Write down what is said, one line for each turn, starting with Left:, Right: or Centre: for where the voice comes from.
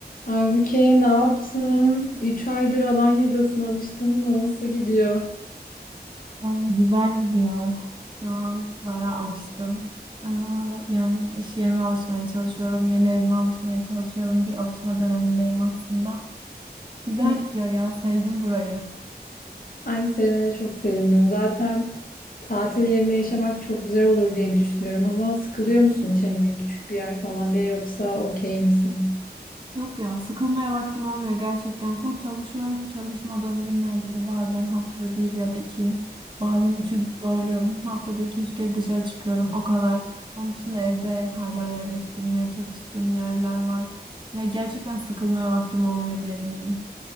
Left: Aybüke ne yaptın? 3 aydır Alanya'dasın alıştın mı? Nasıl gidiyor?
Right: Aa, Güzel gidiyor. Şu an bayağı alıştım. Aa, yani iş yerime alışmaya çalışıyorum. Yeni evime alışmaya çalışıyorum. Bir alışma dönemindeyim aslında. Güzel
Left: Eh,
Right: gidiyor ya. Sevdim burayı.
Left: Ay sevmene çok sevindim. Zaten tatil yerinde yaşamak çok güzel olur diye düşünüyorum ama sıkılıyor musun içine küçük bir yer falan diye yoksa okey misin?
Right: Yok ya sıkılmaya vaktim olmuyor gerçekten. Full çalışıyorum. Çalışmadığım günlerde de bazen haftada bir ya da iki bazen üçü de zorluyorum. <laughs> Haftada iki üç kere dışarı çıkıyorum. O kadar. Onun dışında evde hala yerleştirmeye çalıştığım yerler var. Ya gerçekten sıkılmaya vaktim olmuyor diyebilirim.